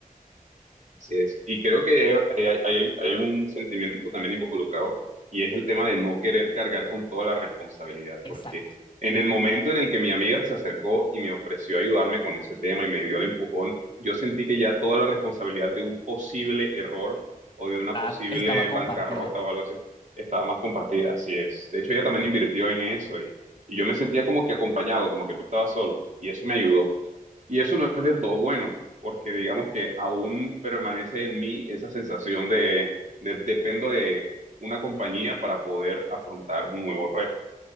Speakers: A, on the right; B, on the left.
A: así es. Y creo que hay, hay- hay- hay un sentimiento también involucrado y es el tema de no querer cargar con toda la responsabilidad, porque
B: Exacto,
A: en el momento en el que mi amiga se acercó y me ofreció ayudarme con ese tema y me dio el empujón, yo sentí que ya toda la responsabilidad de un posible error o de una
B: estaba,
A: posible
B: estaba compartida,
A: bancarrota o algo así estaba más compartida, así es. De hecho, ella también invirtió en eso y, y yo me sentía como que acompañado, como que no estaba solo y eso me ayudó. Y eso no es del todo bueno, porque digamos que aún permanece en mí esa sensación de, de- dependo de una compañía para poder afrontar un nuevo reto.